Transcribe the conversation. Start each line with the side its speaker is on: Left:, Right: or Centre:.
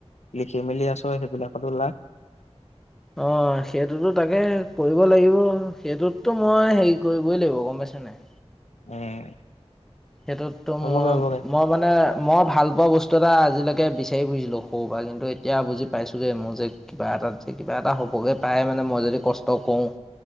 Left: লিখি মেলি আছোঁ সেইবিলাকতো লাগ।
Centre: অ', সেইটোতো তাকে কৰিব লাগিব সেইটোততো মই হেৰি কৰিবই লাগিব গম পাইচা নাই।
Left: উম।
Centre: সেইটোত ত
Left: হ'বগে
Centre: মই
Left: হ'বগে
Centre: মই মানে মই ভালপোৱা বস্তু এটা আজিলৈকে বিচাৰি বুজিছিলোঁ সৰুৰ পৰা কিন্তু এতিয়া বুজি পাইছোঁগৈ মোৰ যে কিবা এটাত যে কিবা এটা হ'বগৈ পাৰে মানে মই য কষ্ট কৰোঁও